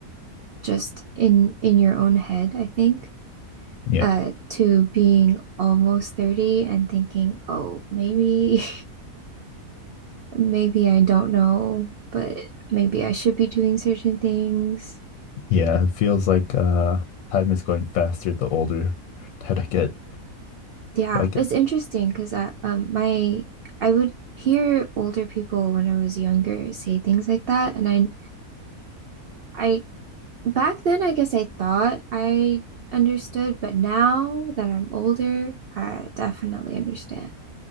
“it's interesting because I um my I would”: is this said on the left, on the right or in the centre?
Right